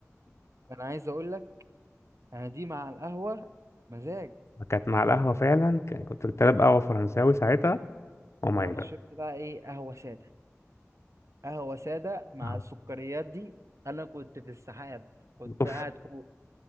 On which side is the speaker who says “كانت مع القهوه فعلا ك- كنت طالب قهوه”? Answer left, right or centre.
Left